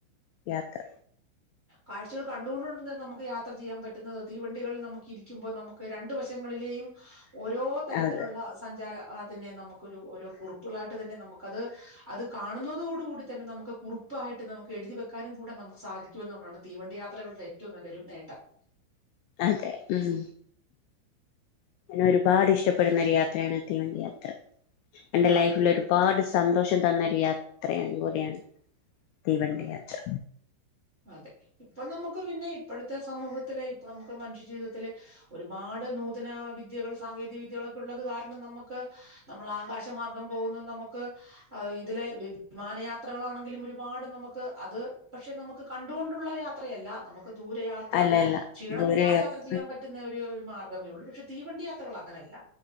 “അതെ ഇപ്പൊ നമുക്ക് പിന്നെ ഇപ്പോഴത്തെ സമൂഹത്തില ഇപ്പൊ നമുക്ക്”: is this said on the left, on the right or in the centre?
Right